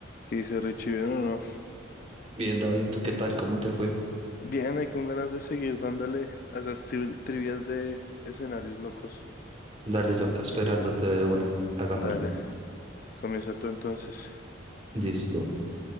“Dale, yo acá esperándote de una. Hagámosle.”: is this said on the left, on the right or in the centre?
Right